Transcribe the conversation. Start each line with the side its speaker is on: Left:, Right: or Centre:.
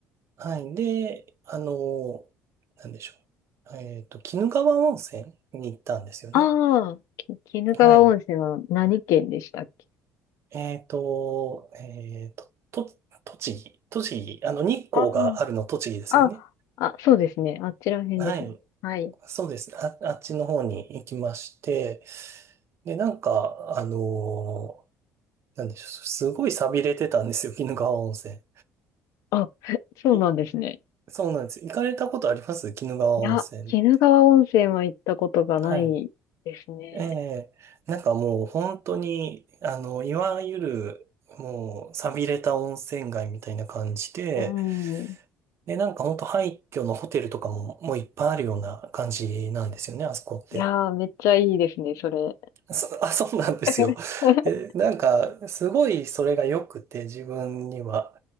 Right: はい。で、あの、なんでしょう。えっと、鬼怒川温泉に行ったんですよね。
Left: ああ、き鬼怒川温泉は何県でしたっけ
Right: はい。えっと、えっと、と、栃木、栃木、あの、日光があるの栃木ですよね。
Left: あああ、あ、そうですね。あちら辺ですね。
Right: はい。
Left: はい。
Right: そうですね。あ、あっちの方に行きまして、で、なんか、あのーなんでしょう、すごい寂れてたんですよ、<laughs> 鬼怒川温泉。
Left: あ、<laughs> そうなんですね。
Right: いそうなんです。行かれたことあります鬼怒川温泉って。
Left: いや、鬼怒川温泉は行ったことがないですね。
Right: はい。ええなんかもう本当に、あの、いわゆる、もう、寂れた温泉街みたいな感じで、
Left: うん。い
Right: で、なんか本当廃墟のホテルとかも、もういっぱいあるような感じなんですよね、あそこって。
Left: やー、めっちゃいいですね、それ。
Right: そ、<laughs> あ、そうなんですよ。
Left: <laughs>
Right: で、なんか、すごいそれが良くて、自分には。